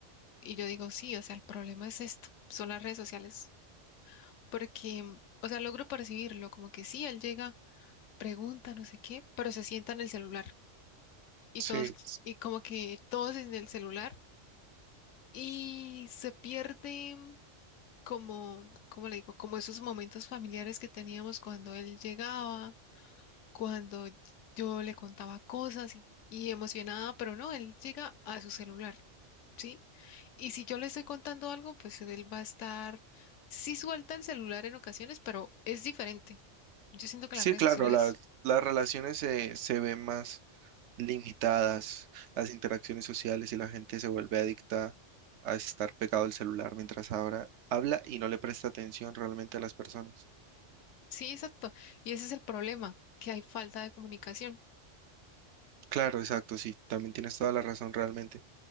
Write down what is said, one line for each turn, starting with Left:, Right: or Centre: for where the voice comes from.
Left: y yo digo, sí, o sea, el problema es esto, son las redes sociales, porque, o sea, logro percibirlo, como que sí, él llega, pregunta, no sé qué, pero se sienta en el celular y
Right: sí,
Left: todos,
Right: S-
Left: y como que todos en el celular y se pierde como, ¿cómo le digo? Como esos momentos familiares que teníamos cuando él llegaba cuando yo le contaba cosas y, y emocionada, pero no, él llega a su celular, ¿sí? Y si yo le estoy contando algo, pues él va a estar, sí suelta el celular en ocasiones, pero es diferente. Yo siento que
Right: Sí,
Left: las redes
Right: claro,
Left: sociales,
Right: la- las relaciones se, se ven más limitadas, las interacciones sociales y la gente se vuelve adicta a estar pegado al celular mientras ahora habla y no le presta atención realmente a las personas.
Left: sí, exacto. Y ese es el problema, que hay falta de comunicación.
Right: Claro, exacto, sí, también tienes toda la razón realmente.